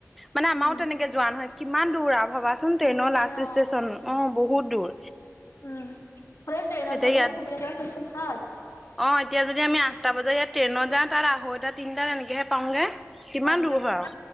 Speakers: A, in the centre; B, on the left.
A: মানে আমাৰও
B: উম
A: তেনেকে যোৱা নহয় কিমান দূৰ আও ভবাচোন ট্ৰেইনৰ
B: দূৰ
A: লাষ্ট
B: যে অ'।
A: ষ্টেচন অ বহুত দূৰ
B: উম হৈ ট্ৰেইনত
A: এতিয়া
B: যাবলে
A: ইয়াত
B: সুবিধাটো আছলতে ভাল
A: অ এতিয়া যদি আমি আঠটা বজাত ইয়াত ট্ৰেইনত যাওঁ, তাত আঢ়ৈটা, তিনটাত তেনেকেহে পাওঁগে। কিমান
B: পোৱাংগে
A: দূৰ
B: অ'।
A: হয় আও